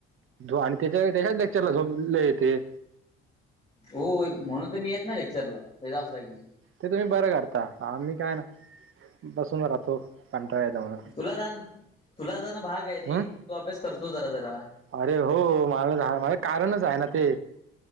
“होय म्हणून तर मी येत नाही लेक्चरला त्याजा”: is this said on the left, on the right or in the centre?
Left